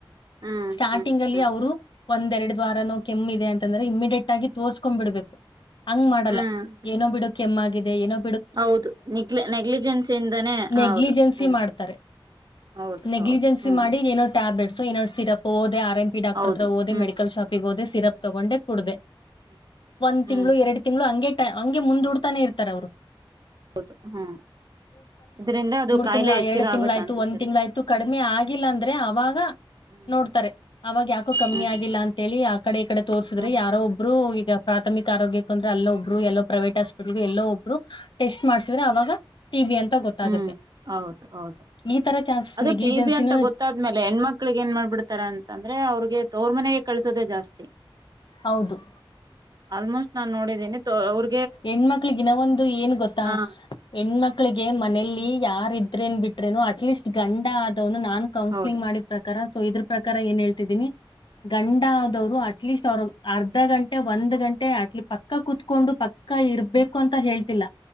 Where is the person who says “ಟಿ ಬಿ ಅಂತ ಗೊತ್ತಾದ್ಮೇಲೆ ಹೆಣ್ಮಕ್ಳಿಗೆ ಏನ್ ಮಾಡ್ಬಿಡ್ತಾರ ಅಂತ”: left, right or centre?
Right